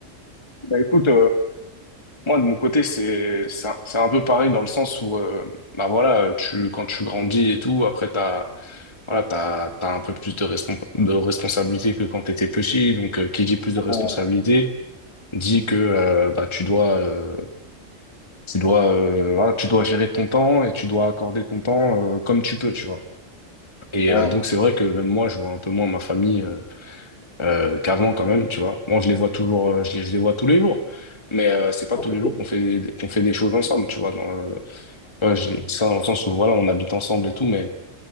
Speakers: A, on the left (about 20°); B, on the left (about 50°).
A: Bah écoute, Moi, de mon côté, c'est c'est un, c'est un peu pareil dans le sens où, euh, bah voilà, tu quand tu grandis et tout, après t'as voilà, t'as t'as un peu plus de respon de responsabilité que quand t'étais petit. Donc, euh, qui dit plus de responsabilité
B: Euh,
A: dit que euh, bah tu dois euh, tu dois euh, voilà, tu dois gérer ton temps et tu dois accorder ton temps euh, comme tu peux, tu vois. Et
B: Ouais.
A: euh, donc c'est vrai que même moi, je vois un peu moins ma famille. euh, euh, qu'avant quand même, tu vois. Moi, je les vois toujours, euh, je les, je les vois tous les jours, mais euh, c'est pas
B: Ok.
A: tous les jours qu'on fait qu'on fait des choses ensemble, tu vois. Dans le- tu vois, j'ai dit ça dans le sens où voilà, on habite ensemble et tout, mais